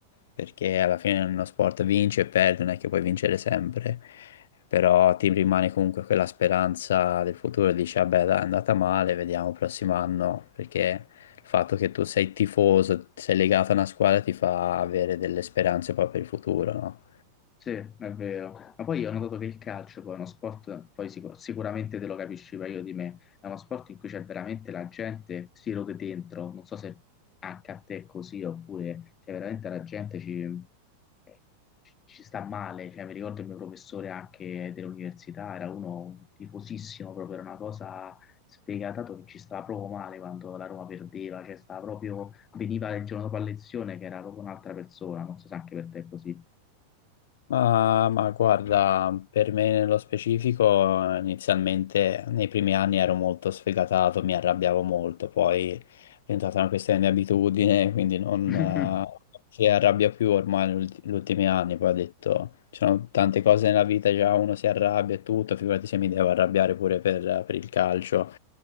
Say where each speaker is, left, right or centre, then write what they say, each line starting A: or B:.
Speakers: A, on the left; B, on the left.
A: perché alla fine uno sport vince e perde, non è che puoi vincere sempre, però ti rimane comunque quella speranza del futuro, dici, vabbè, dai, è andata male, vediamo il prossimo anno, perché il fatto che tu sei tifoso, sei legato a una squadra ti fa avere delle speranze poi per il futuro, no?
B: Sì, è vero. Ma poi io ho notato che il calcio poi è uno sport, poi sicu- sicuramente te lo capisci meglio di me, è uno sport in cui c'è veramente la gente si rode dentro, non so se anche a te è così, oppure cioè veramente la gente ci, eh, ci- ci sta male, cioè mi ricordo il mio professore anche dell'università, era uno tifosissimo, proprio era una cosa sfegata che ci stava proprio male quando la Roma perdeva, cioè stava proprio, veniva il giorno dopo la lezione che era proprio un'altra persona, non so se anche per te è così.
A: Ma, ma guarda, per me nello specifico, eh, inizialmente nei primi anni ero molto sfegatato, mi arrabbiavo molto, poi è diventata una questione di abitudine, quindi non,
B: <laughs>
A: eh, non si arrabbia più ormai negli ulti- negli ultimi anni, poi ho detto, ci sono tante cose nella vita, già uno si arrabbia e tutto, figurati se mi devo arrabbiare pure per, per il calcio,